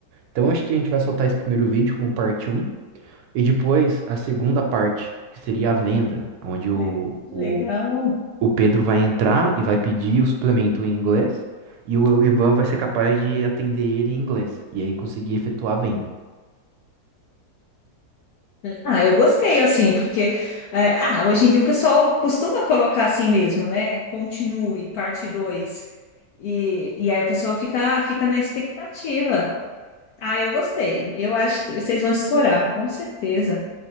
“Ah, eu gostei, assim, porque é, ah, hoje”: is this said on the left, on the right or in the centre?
Left